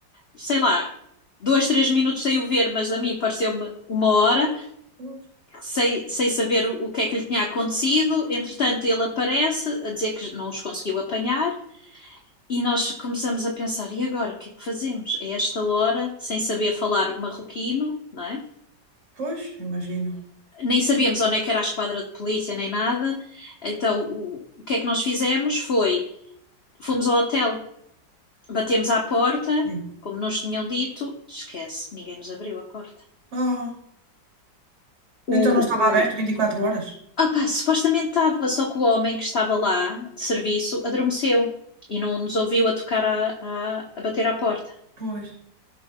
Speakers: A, on the left; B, on the right.
A: sei lá, dois, três minutos sem o ver, mas a mim pareceu-me uma hora,
B: Pois,
A: sem, sem saber o, o que é que lhe tinha acontecido. Entretanto, ele aparece a dizer que não os conseguiu apanhar. E nós começamos a pensar, e agora, o que é que fazemos? A esta hora, sem saber falar marroquino, não é?
B: pois, imagino.
A: Nem sabíamos onde é que era a esquadra de polícia, nem nada. Então, o, o que é que nós fizemos foi, fomos ao hotel, batemos à porta,
B: Sim.
A: como nos tinham dito, esquece, ninguém nos abriu a porta.
B: Ah,
A: O,
B: então não estava
A: o,
B: aberto 24 horas?
A: opá, supostamente estava, só que o homem que estava lá, de serviço, adormeceu e não nos ouviu a tocar, a, a, a bater à porta.
B: Pois,